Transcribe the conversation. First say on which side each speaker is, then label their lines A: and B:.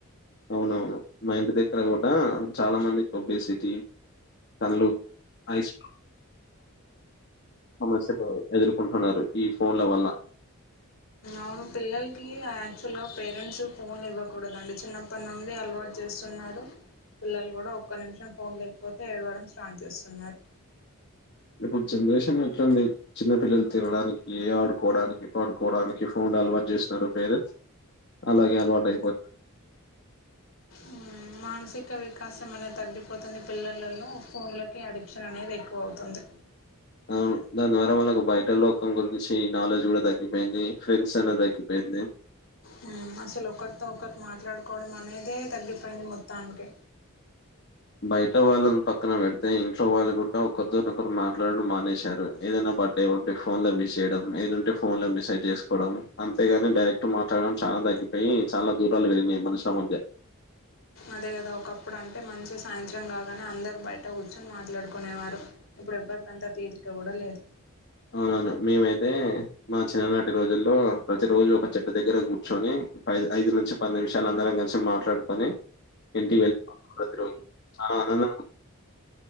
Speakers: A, on the left; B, on the left.
A: అవునవును మా ఇంటి దగ్గర కూడా చాలా మంది ఒబేసిటీ కండ్లు ఐస్ సమస్యకూ ఎదుర్ కుంటున్నారు ఈ ఫోన్ల వల్ల
B: అవును పిల్లలకి యాక్చువల్గా పేరెంట్స్ ఫోన్లు ఇవ్వకూడదండి చిన్నప్పటి నుండి అలవాటు చేస్తున్నారు. పిల్లలు కూడా ఒక్క నిమిషం ఫోన్ లేకపోతే ఏడవడం స్టార్ట్ చేస్తున్నారు.
A: ఇప్పుడు జనరేషన్ ఎట్లుంది చిన్న పిల్లలు తినడానికి ఆడుకోవడానికి పడుకోవడానికి ఫోన్లు అలవాటు చేస్తున్నారు పేరెంట్స్ అలాగే అలవాటయిపో
B: ఉమ్ మానసిక వికాసం అనేది తగ్గిపోతుంది పిల్లలలో ఫోన్లకి అడిక్షన్ అనేది ఎక్కువ అవుతుంది
A: అవును దాని ద్వారా వాళ్ళకు బయట లోకం గురించి నాలెడ్జ్ కూడా తగ్గిపోయింది ఫ్రెండ్స్ అనేది తగ్గిపోయింది
B: ఆ అసలు ఒకర్తో ఒకర్ మా మాట్లాడుకోవడం అనేదే తగ్గిపోయింది మొత్తానికి
A: బయట వాళ్ళని పక్కన పెడితే ఇంట్లో వాళ్ళు కూడా ఒకరితోని ఒకరు మాట్లాడడం మానేశారు. ఏదైనా బర్త్డే ఉంటే ఫోన్ లో విస్ చేయడం ఏదుంటే ఫోన్ లో మెసేజ్ చేసుకోవడం అంతేగానీ డైరెక్ట్ మాట్లాడడం చాలా దగ్ గిపెయ్ చాలా దూరాలు వెళ్ళినయి మనుషుల మధ్య
B: అదే కదా ఒకప్పుడు అంటే మంచి సాయంత్రం కాగానే అందరు బయట కూర్చుని మాట్లాడుకునేవారు. ఇప్పుడు ఎవ్వరికంతా తీరిక కూడా లేదు
A: అవునవును మేమైతే మా చిన్ననాటి రోజుల్లో ప్రతి రోజు ఒక చెట్టు దగ్గర కూర్చొని పఐదు ఐదు నుంచి పన్నెండు విషాలందరం కలిసి మాట్లాడుకొని ఇంటికెల్ ప్రతిరోజు చానా ఆనందంగ